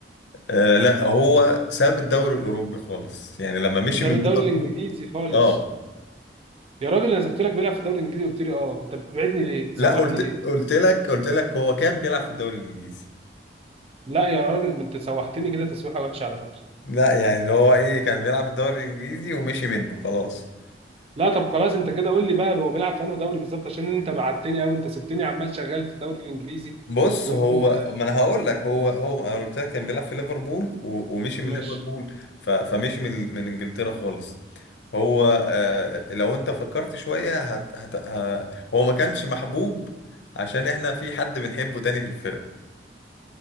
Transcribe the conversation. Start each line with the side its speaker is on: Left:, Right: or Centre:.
Left: آه لا هو ساب الدوري الاوروبي خالص يعني لما مشي
Right: ساب
Left: من
Right: الدوري
Left: ليفربول
Right: الإنجليزي خالص
Left: اه
Right: يا راجل انا قلت لك بيلعب في الدوري الإنجليزي قلت لي اه انت بتبعدني ليه تسوحني
Left: لا قلت
Right: ليه
Left: قلت لك قلت لك هو كان بيلعب في الدوري الانجليزي
Right: لا يا راجل ما انت سوحتني كده تسويحة وحشة على فكرة
Left: لا يعني اللي هو ايه كان بيلعب في الدوري الانجليزي ومشي منه خلاص
Right: لا طب خلاص انت كده قول لي بقى هو بيلعب في انهي دوري بالظبط عشان انت بعتني او انت سبتني عمال شغال في الدوري الإنجليزي
Left: بص
Right: وانت
Left: هو ما انا هقول لك هو هو انا قلت لك كان بيلعب في ليفربول و- ومشي من
Right: ماشي
Left: ليفربول ف- فمشي من من انجلترا خالص هو آه، لو انت فكرت شوية هت هت ه- هو ما كانش محبوب عشان احنا في حد بنحبه تاني في الفرقة